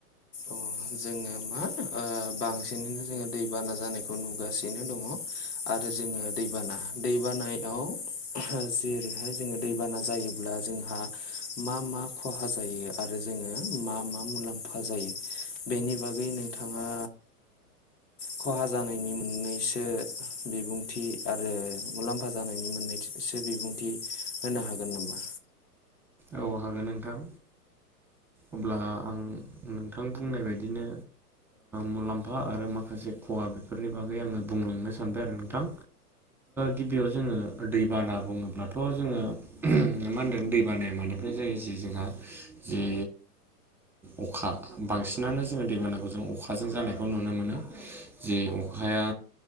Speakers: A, on the left (about 75°); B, in the centre.
A: अ जोङो मा बांसिनैनो जोङो दैबाना जानायखौ नुगासिनो दङ आरो जोङो दैबाना दैबानायाव जेरैहाय जोङो दैबाना जायोब्ला जोंहा मा मा खहा जायो आरो जोङो मा मा मुलाम्फा जायो बेनि बागै नोंथाङा खहा जानायनि मोननैसो बिबुंथि आरो मुलाम्फा जानायनि मोननै एसे बिबुंथि होनो हागोन नामा
B: औ हागोन नोंथां अब्ला आं नोंथां बुंनाय बायदिनो मुलाम्फा आरो माखासे खहा बेफोरनि बागै आङो बुंलांनो सानबाय आरो नोंथां गिबियाव जोङो दैबाना बुङोब्लाथ' जोङो मा होनदों दै जायो जे जोंहा जिे अखा बांसिनानो जोङो दैबानाखौ जों अखाजों जानायखौ नुनो मोनो जे अखाया